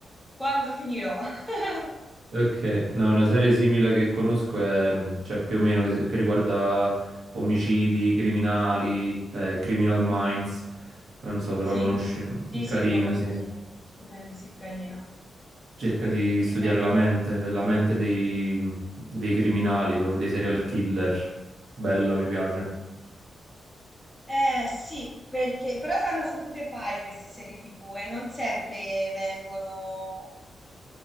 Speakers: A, in the centre; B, on the right.
A: quando finirò. <laughs>
B: Ok, no, una serie simile che conosco è, mh, cioè più o meno che, che riguarda omicidi, criminali, eh, Criminal Minds, non so se
A: Sì,
B: la conosci, mm,
A: sì,
B: carina,
A: sì, conosco,
B: sì, sì.
A: conosco bene, sì, è carina.
B: cerca di
A: È
B: studiare
A: carina.
B: la mente, la mente dei, dei criminali, proprio dei serial killer, bella, mi piace.
A: Eh sì, perché però hanno sapute fare queste serie TV e non sempre vengono,